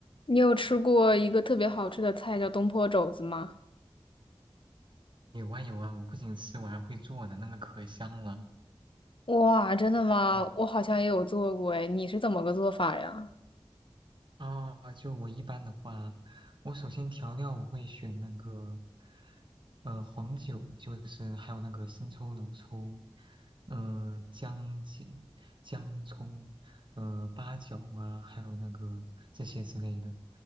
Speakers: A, on the left (about 55°); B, on the right (about 50°).
A: 你有吃过一个特别好吃的菜叫东坡肘子吗？
B: 有啊有啊，我不仅吃，我还会做呢，那个可香了。
A: 哇，真的吗？
B: 嗯
A: 我好像也有做过哎，你是怎么个做法呀？
B: 啊，就我一般的话，我首先调料我会选那个，呃，黄酒，就是还有那个生抽、老抽，呃，姜、姜、姜葱，呃，八角啊，还有那个这些之类的，